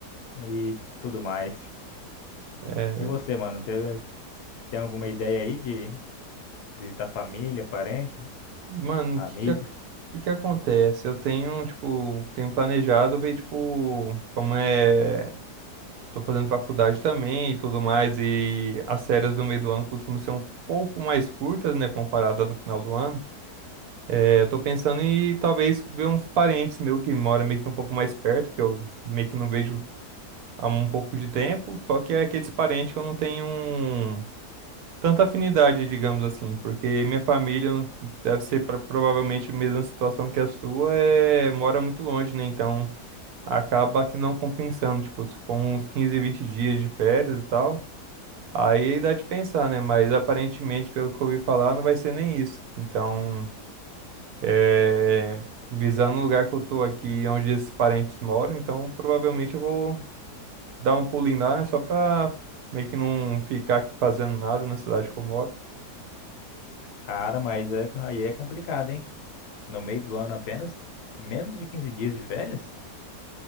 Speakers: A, on the left (about 70°); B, on the right (about 70°).
A: e tudo mais.
B: É,
A: E você, mano, teve, tem alguma ideia aí de visitar família, parente,
B: mano,
A: amigos?
B: o que que, ac- o que que acontece? Eu tenho, tipo, tenho planejado ver, tipo, como é. Tô fazendo faculdade também e tudo mais, e as férias do meio do ano costumam ser um pouco mais curtas, né, comparada à do final do ano. É, eu tô pensando em talvez ver uns parentes meu que moram meio que um pouco mais perto, que eu meio que não vejo há um pouco de tempo, só que é aqueles parentes que eu não tenho. um tanta afinidade, digamos assim, porque minha família não- deve ser pra, provavelmente a mesma situação que a sua, é, mora muito longe, né? Então acaba que não compensando, tipo, se for uns 15, 20 dias de férias e tal, aí dá de pensar, né? Mas aparentemente, pelo que eu ouvi falar, não vai ser nem isso. Então, é, visando o lugar que eu tô aqui, onde esses parentes moram, então provavelmente eu vou dar um pulinho lá, né? Só pra meio que não ficar aqui fazendo nada na cidade que eu moro.
A: Cara, mas é- aí é complicado, hein? No meio do ano apenas menos de 15 dias de férias?